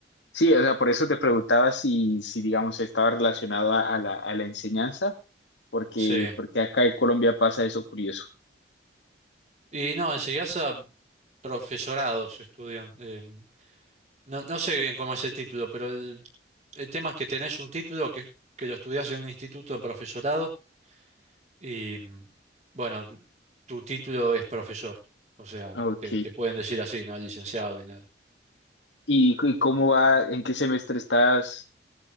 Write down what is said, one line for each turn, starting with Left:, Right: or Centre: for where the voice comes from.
Left: Sí, o sea, por eso te preguntaba si, si digamos, estaba relacionado a, a la, a la enseñanza, porque,
Right: Sí.
Left: porque acá en Colombia pasa eso curioso.
Right: Y no, en a profesorados estudian. em, no, no sé bien cómo es el título, pero el, el tema es que tenés un título que, es que lo estudiás en un instituto de profesorado Y bueno, tu título es profesor, o sea,
Left: Ok.
Right: te, te pueden decir así, no licenciado ni nada.
Left: ¿Y, cu- y cómo va, en qué semestre estás?